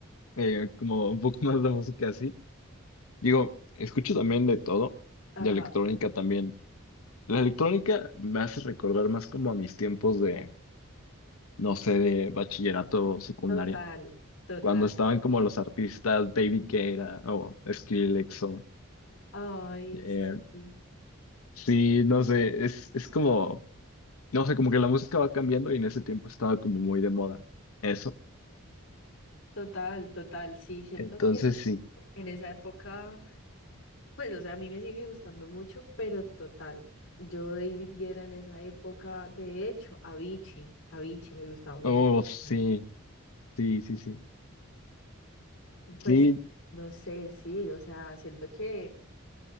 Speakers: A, on the left; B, on the left.
A: eh, como un poco <laughs> más la música así. Digo, escucho también de todo,
B: Ajá,
A: de electrónica también. La electrónica me hace recordar más como a mis tiempos de no sé, de bachillerato o secundaria.
B: total, total.
A: Cuando estaban como los artistas David Guetta o Skrillex o...
B: Ay,
A: eh,
B: sí.
A: sí, no sé, es, es como... No sé, como que la música va cambiando y en ese tiempo estaba como muy de moda eso.
B: Total, total, sí, siento
A: Entonces
B: que
A: sí.
B: en esa época, pues, o sea, a mí me sigue gustando mucho, pero total, yo David Guerra en esa época, de hecho, Avicii, Avicii me gustaba mucho.
A: Oh, sí,
B: Y,
A: sí, sí, sí.
B: Pues,
A: Sí,
B: no sé, sí, o sea, siento que,